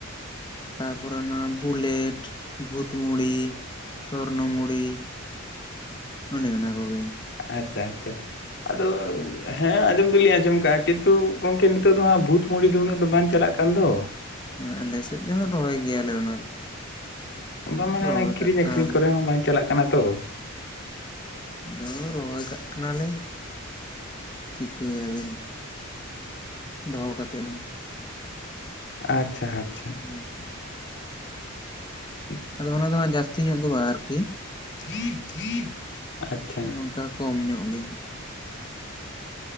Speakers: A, on the left; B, on the left.
A: ᱛᱟᱨᱯᱚᱨᱮ ᱚᱱᱟ ᱵᱩᱞᱮᱴ, ᱵᱷᱩᱛ ᱢᱩᱲᱤ, ᱥᱚᱨᱱᱚ ᱢᱩᱲᱤ ᱚᱱᱮ ᱚᱱᱟ ᱠᱚᱜᱮ᱾
B: ᱟᱪᱪᱷᱟ ᱟᱪᱪᱷᱟ᱾ ᱟᱫᱚ ᱦᱮᱸ ᱟᱸᱡᱚᱢ ᱫᱚᱞᱤᱧ ᱟᱸᱡᱚᱢ ᱠᱟᱜ-ᱟ ᱠᱤᱱᱛᱩ ᱜᱚᱝᱠᱮ ᱱᱤᱛᱚᱜ ᱫᱚ ᱦᱟᱸᱜ ᱵᱷᱩᱛ ᱢᱩᱲᱤ ᱫᱚ ᱩᱱᱟᱹᱜ ᱫᱚ ᱵᱟᱝ ᱪᱟᱞᱟᱜ ᱠᱟᱱ ᱫᱚ᱾
A: ᱟᱞᱮ ᱥᱮᱫ ᱫᱚ ᱦᱟᱸᱜ ᱨᱚᱦᱚᱭ ᱜᱮᱭᱟᱞᱮ ᱚᱱᱟ᱾
B: ᱵᱟᱝ ᱢᱟᱱᱮ
A: ᱫᱚ᱾ ᱨᱚᱦᱚᱭ
B: ᱚᱱᱮ ᱠᱤᱨᱤᱧ
A: ᱠᱟᱜ ᱠᱟᱱᱟᱞᱮ
B: ᱟᱹᱠᱷᱨᱤᱧ ᱠᱚᱨᱮ ᱦᱚᱸ ᱵᱟᱝ ᱪᱟᱞᱟᱜ ᱠᱟᱱᱟ ᱛᱚ᱾
A: ᱟᱫᱚ ᱨᱚᱦᱚᱭ ᱠᱟᱜ ᱠᱟᱱᱟᱞᱮ᱾ ᱪᱤᱠᱟᱹᱭᱟ ᱵᱮᱱ ᱫᱚᱦᱚ ᱠᱟᱛᱮᱫ ᱦᱚᱸ᱾
B: ᱟᱪᱪᱷᱟ ᱟᱪᱪᱷᱟ᱾
A: ᱦᱩᱸ
B: <unintelligible>
A: ᱟᱫᱚ ᱚᱱᱟ ᱫᱚ ᱦᱟᱸᱜ ᱡᱟᱹᱥᱛᱤ ᱧᱚᱜ ᱫᱚ ᱵᱟᱝ ᱟᱨᱠᱤ᱾
B: <unintelligible> ᱟᱪᱪᱷᱟ
A: ᱱᱚᱝᱠᱟ ᱠᱚᱢ ᱧᱚᱜ ᱜᱮ᱾